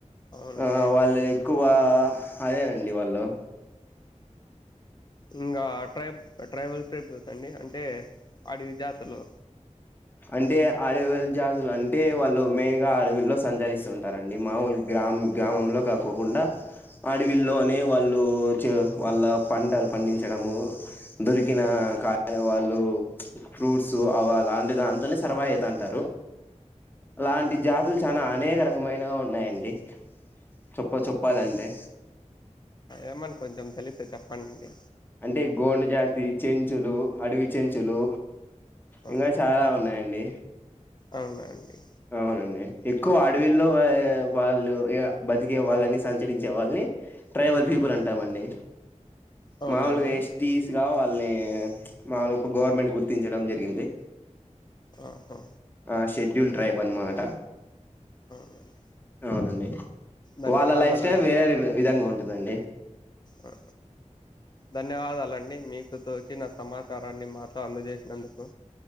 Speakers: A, on the left (about 35°); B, on the left (about 15°).
A: అవునండి.
B: ఆ వాళ్ళు ఎక్ ఎక్కువ అదేనండి వాళ్ళు
A: ఇంగా ట్రైబ్ ట్రైబల్ పీపుల్స్ అండి అంటే అడవి జాతులు
B: అంటే అడవిల జాతులు అంటే వాళ్ళు మెయిన్ గా అడవిల్లో సంచరిస్తూ ఉంటారండి మామూలు గ్రామ గ్రామంలో కాకోకుండా అడవిల్లోనే
A: ఆ
B: వాళ్ళు చ వాళ్ళ పంటలు పండించడము దొరికిన కాయ వాళ్ళు ఫ్రూట్స్ అవ లాంటి దాంతోనే సర్వా అయితాంటారు అలాంటి జాతులు చాలా అనేక రకమైనగా ఉన్నాయండి. చొప్ప చెప్పాలంటే
A: ఏమన్న కొంచెం తెలిసే చెప్ పన్నెండు
B: అంటే గోండ జాతి చెంచులు అడవి చెంచులు
A: ఆ
B: ఇంగా చాలా ఉన్నాయండి
A: అవునా అండి.
B: అవునండి ఎక్కువ అడవిల్లో ఏ వాళ్ళు ఇగ బతికే వాళ్ళని సంచరించే వాల్ని ట్రైబల్ పీపుల్ అంటామండి
A: అవునా
B: మావలుగా
A: అండి?
B: ఎస్టీస్ గావాల్ లే మాదొక గవర్నమెంట్ గుర్తించడం జరిగింది.
A: ఆహా!
B: ఆ షెడ్యూల్ ట్రైబ్ అనమాట
A: అవునండి.
B: అవునండి
A: ధన్యవాదాలండి.
B: వాళ్ళ లైఫ్ స్టైల్ వేరే విధంగా ఉం దండి
A: ఆ ధన్యవాదాలండి మీకు తోచిన సమాచ చారాన్ని మాతో అందజేసినందుకు